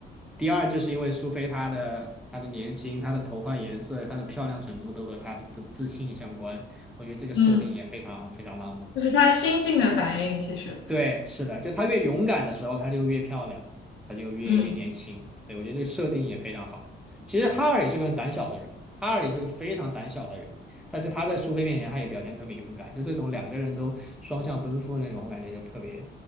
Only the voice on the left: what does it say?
嗯，就是他心境的反应，其实，
嗯